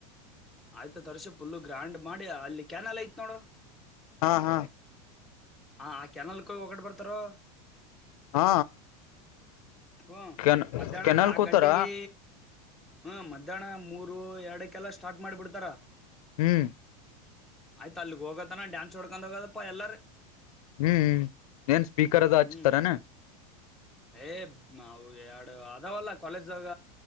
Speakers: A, in the centre; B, on the left (about 80°).
A: ಆಯ್ತ ವರ್ಷ ಪಫುಲ್ಲು ಗ್ರ್ಯಾಂಡ್ ಮಾಡಿ ಅಲ್ಲಿ ಕ್ಯಾನಲ್ ಐ್ತ್ ನೋಡು
B: ಹಾ ಹಾ
A: ಹ ಆ ಕೆನಲ್ ಕೋಗಿ ಒಡೆ ಬರ್ತಾರೋ
B: ಹಾ
A: ಹ್ಮ
B: ಕೆನ್
A: ಮಧ್ಯಾಹ್ನ
B: ಕೆನಲ್
A: ನಾಕ್
B: ಕೂತಾರ
A: ಗಂಟೆಗೆ ಹ್ಮ್ ಮಧ್ಯಾಹ್ನ ಮೂರ್ ರು ಎರಡಕ್ಕೆಲ್ಲ ಸ್ಟಾರ್ಟ್ ಮಾಡಿಬಿಡ್ತಾರ
B: ಹ್ಮ್
A: ಆಯ್ತ ಅಲ್ಲಿಗ್ ಹೋಗತನ ಡ್ಯಾನ್ಸ್ ಹೊೋಡ್ಕೊಂಡ ಹೋಗದಪ್ಪ ಎಲ್ಲಾರ
B: ಹ್ಮ್ ಏನ್ ಸ್ಪೀಕರ್ ಅದ ಹಚ್ತಾರಾನ
A: ಹ್ಮ್ ಏ ಎರಡು ಅದಾವಲ್ಲ ಕಾಲೇಜಾಗ